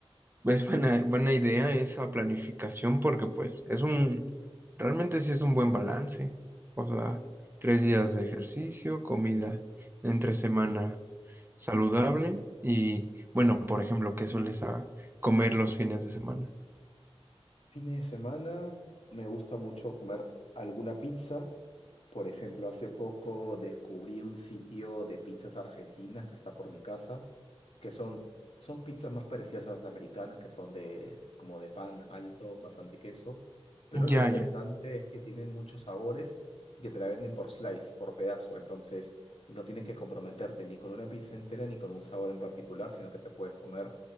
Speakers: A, on the right; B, on the left.
A: Es buena, buena idea esa planificación porque pues es un, realmente sí es un buen balance. O sea, tres días de ejercicio, comida entre semana saludable y bueno, por ejemplo, ¿qué sueles ah, comer los fines de semana?
B: Fines de semana me gusta mucho comer alguna pizza. Por ejemplo, hace poco descubrí un sitio de pizzas argentinas que está por mi casa que son, son pizzas más parecidas a las americanas, que son de, como de pan alto, bastante queso, pero
A: Ya,
B: lo interesante
A: ya.
B: es que tienen muchos sabores y que te la venden por slice, por pedazo, entonces no tienes que comprometerte ni con una pizza entera ni con un sabor en particular, sino que te puedes comer